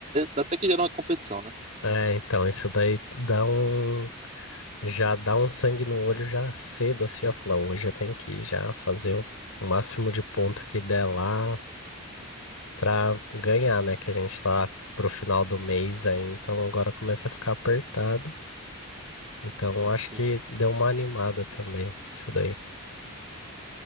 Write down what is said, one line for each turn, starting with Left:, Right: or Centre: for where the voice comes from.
Right: até que gera uma competição, né?
Left: é, então, isso daí dá um Já dá um sangue no olho já cedo, assim, ó, falar, hoje eu tenho que ir já fazer o máximo de ponto que der lá pra ganhar, né? Que a gente tá pro final do mês aí, então agora começa a ficar apertado. Então acho
Right: Sim.
Left: que deu uma animada também, isso daí.